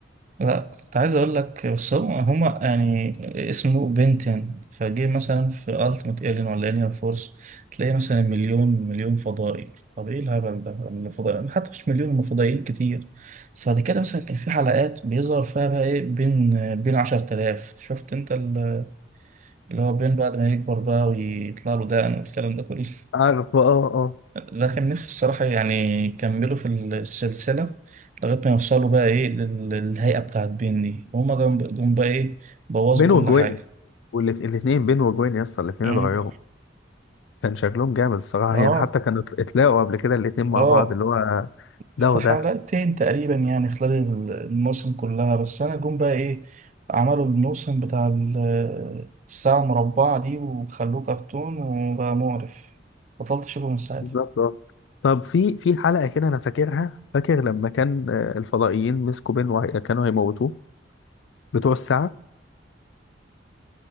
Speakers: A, on the right; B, on the left.
A: لا كنت عايز اقول لك بس هم هما يعني اسمه بنتين فجه مثلا في التيمت الين ولا الين فورس تلاقي مثلا مليون مليون فضائي طب ايه الهبل ده الفضائي حتى مش مليون هم فضائيين كتير بس بعد كده مثلا كان في حلقات بيظهر فيها بقى ايه بين بين 10000 شفت انت ال- اللي هو بين بعد ما يكبر بقى ويطلع له دقن والكلام ده كله
B: <laughs> عارفه اه اه
A: ده كان نفسي الصراحة يعني يكملوا في السلسلة لغاية ما يوصلوا بقى إيه لل- للهيئة بتاعت بين دي وهما جم جم بقى إيه بوظوا
B: بين
A: كل
B: وجوين
A: حاجة
B: والاتنين بين وجوين يا اسطى الاتنين
A: مم.
B: اتغيروا كان شكلهم جامد الصراحة
A: آه
B: يعني حتى كانوا ات- اتلاقوا قبل كده الاتنين مع
A: آه
B: بعض اللي هو ده
A: في
B: وده
A: حلقتين تقريبا يعني خلال ال- الموسم كلها بس أنا جم بقى إيه عملوا الموسم بتاع ال- الساعة المربعة دي وخلوه كرتون وبقى مقرف بطلت أشوفه من ساعتها
B: بالظبط اه طب في في حلقة كده أنا فاكرها فاكر لما كان آه، الفضائيين مسكوا بين وهي... كانوا هيموتوه بتوع الساعة